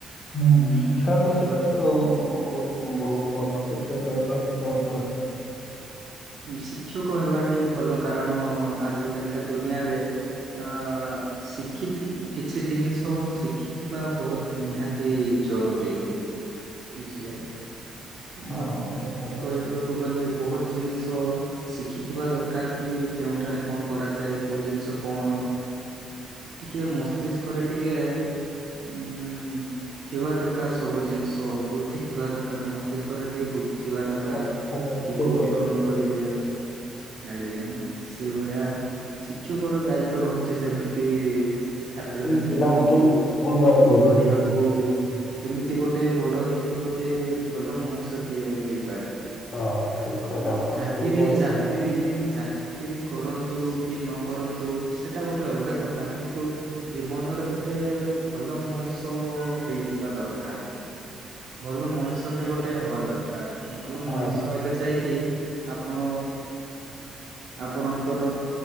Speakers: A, on the left; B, on the right.
A: ହୁଁ
B: ଉଁ
A: ଶିକ୍ଷକଟି
B: ଦେଖିବା
A: କିନ୍ତୁ ବହୁତ ବହୁତ ଭଲ ଶିକ୍ଷକ ହେବା ଟା ବହୁ
B: ଶିକ୍ଷକ ହେବାଟା ବି ଭଲ କାରଣ ଆଜିିକାଲିକା ଦୁନିଆରେ ଅ ଶିଖି କିଛି ଜିନିଷ ତ ଶିଖିଥିବା ବହୁତ ନିହାତି ଜରୁରୀ ବୁଝିଲେ
A: ହଁ
B: ମତେ
A: ଠିକ୍ କହିଲ।
B: କହିବାକୁ ଗଲେ ବହୁତ ଜିନିଷ ଶିଖିଥିବା ଦରକାର କି କେଉଁଠାରେ କଣ କରାଯାଏ କୋଉଁ ଜିନିଷ କଣ ଟିକେ ମସ୍ତିଷ୍କରେ ଟିକେ ଉଁ ଥିବା ଦରକାର ସବୁ ଜିନିଷ ବୁଦ୍ଧି ଥିବା ଦରକାର ମସ୍ତ ଟିକେ ବୁଦ୍ଧି ଥିବା
A: ଆଚ୍ଛା
B: ଦରକାର
A: ଆଚ୍ଛା ହଁ
B: କି
A: ଠିକ୍
B: କୋଉଁଠି
A: କହିଲେ
B: କଣ
A: ଠିକ୍
B: କରିବେ।
A: କହିଲେ।
B: ଆଜ୍ଞା ସେଇ ଭଳିଆ ଶିକ୍ଷକ ର ଦାୟିତ୍ଵ ରହୁଛି ସେମିତି ଛାତ୍ରଛାତ୍ରୀ
A: ଆମେ ପିଲାଙ୍କୁ
B: ମାନଙ୍କୁ
A: କେମିତି କିଭଳି ଭାବେ ଗଢିବ
B: ଗଢିବାକୁ କେମିତି ଗୋଟେ ଗୋଟେ ବଡ ହେଇକି ଗୋଟେ ଭଲ ମଣିଷଟିଏ ହେଇ
A: ହଁ ଠିକ କହିଲେ ଆପଣ
B: ଚାକିରି
A: ସେଇଭଳି
B: ଚାକିରି
A: ପିଲାଙ୍କୁ
B: ଚାକିରି କରନ୍ତୁ। କି ନ କରନ୍ତୁ ସେଟା ଗୋଟେ ଅଲଗା କଥା କିନ୍ତୁ ଜୀବନରେ ଗୋଟେ ଭଲ ମଣି ମଣିଷ ହେଇଥିବା ଦରକାର ଭଲ ମଣିଷ ଗୋଟେ ଗୋଟେ ହବା ଦରକାର ଭଲ
A: ହଁ
B: ମଣିଷ ହେଲେ ଯାଇକି ଆପଣ ଆପଣଙ୍କର